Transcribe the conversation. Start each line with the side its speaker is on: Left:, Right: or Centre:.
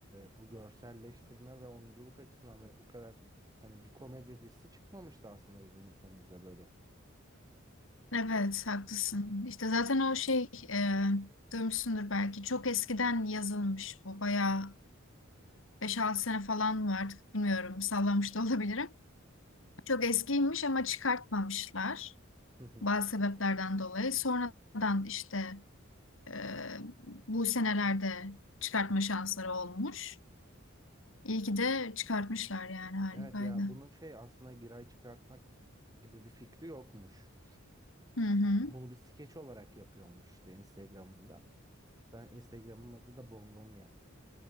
Right: e, bu görselleştirme ve oyunculuk açısından ve bu kadar hani bir komedi dizisi çıkmamıştı aslında bizim ülkemizde böyle.
Left: Evet haklısın. İşte zaten o şey e, duymuşsundur belki çok eskiden yazılmış bu bayağı beş altı sene falan mı artık bilmiyorum sallamış da <laughs> olabilirim. Çok eskiymiş ama çıkartmamışlar
Right: Hı hı.
Left: bazı sebeplerden dolayı. Sonradan işte Ee, bu senelerde çıkartma şansları olmuş. İyi ki de çıkartmışlar yani harikaydı.
Right: Evet ya bunu şey aslında giray çıkartmak gibi bir fikri yokmuş.
Left: Hı hı.
Right: Bunu bir skeç olarak yapıyormuş işte Instagram'ında. Ben Instagram'ın adı da Bongomya.